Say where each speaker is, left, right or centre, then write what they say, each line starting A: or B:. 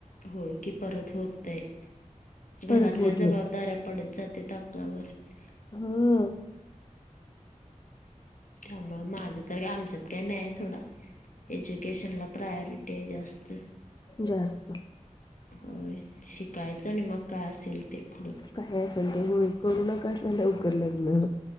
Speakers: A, on the left; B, on the left.
A: होयं की परंत होतं घरातल्यां
B: परत होत
A: जबाबदाऱ्यां
B: नाही
A: पडतं जाते ताकलावरं
B: हम्मं
A: त्यामुळें माझं तरं आमच्यांत कांहीं नाहीं आहे सोंडा एज्युकेशनला प्रायोरिटी आहे जास्तं
B: जास्त
A: होयं शिकायचं आणि मंग कायं असेल ते पुढं
B: कायं असांल तेमुळे करूं नकां असं लवकरं लग्नं